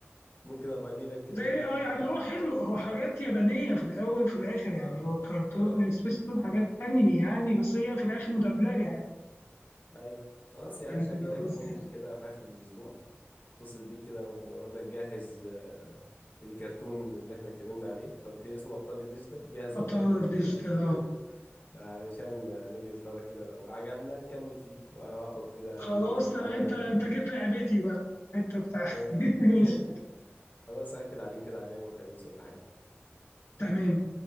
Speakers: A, on the left; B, on the left.
A: ممكن ابقى اجي لك كده
B: زي
A: يوم
B: اه يعني هو حلو هو حاجات يابانيه في الاول وفي الاخر
A: اه
B: يعني هو كرتون سبيستون حاجات انمي يعني بس هي في الاخر مدبلجه يعني
A: ايوه خلاص يا
B: يعني
A: باشا اجي لك
B: بس-
A: يوم كده في اخر الاسبوع اتصل بيك كده واقول لك جهز آه، الكرتون اللي احنا اتكلمنا عليه انت قلت لي اسمه ابطال الديجيتال جهز ابطال
B: ابطال
A: الديجيتال
B: ديجيتال
A: <laughs> علشان نيجي نتفرج كده لو عجبنا نكمل فيه واخد كده
B: خلاص
A: اللينك بتاعه
B: تمام انت
A: آه،
B: انت جيت لعبتي بقى انت بتاع
A: تمام
B: <laughs> ماشي
A: <laughs> خلاص أكد عليك كده على يوم الخميس ولا حاجة
B: تمام